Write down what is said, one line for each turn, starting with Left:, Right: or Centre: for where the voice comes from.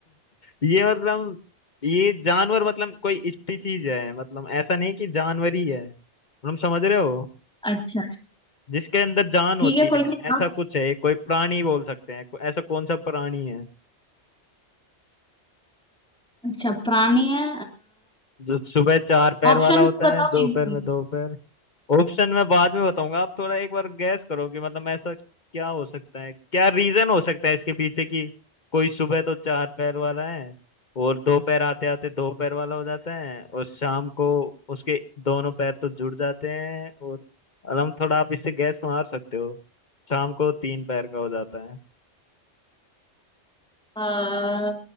Left: ये मतलब ये जानवर मतलब कोई स्पीसीज है मतलब ऐसा नहीं कि जानवर ही है मतलब समझ रहे हो
Centre: अच्छा
Left: जिसके अंदर जान
Centre: ठीक
Left: होती
Centre: है कोई
Left: है
Centre: नहीं
Left: ऐसा
Centre: आप
Left: कुछ है ये कोई प्राणी बोल सकते हैं को- ऐसा कौन सा प्राणी है
Centre: अच्छा प्राणी है
Left: जो सुबह चार पैर
Centre: ऑप्शन
Left: वाला होता
Centre: तो बताओ
Left: है दोपहर
Centre: एक भी
Left: में दो पैर ऑप्शन मैं बाद में बताऊंगा आप थोड़ा एक बार गैस करो कि मतलब ऐसा क्या हो सकता है क्या रीजन हो सकता है इसके पीछे कि कोई सुबह तो चार पैर वाला है और दो पैर आते आते दो पैर वाला हो जाता है और शाम को उसके दोनों पैर तो जुड़ जाते हैं और अलम थोड़ा आप इससे गैस मार सकते हो शाम को तीन पैर का हो जाता है
Centre: आ,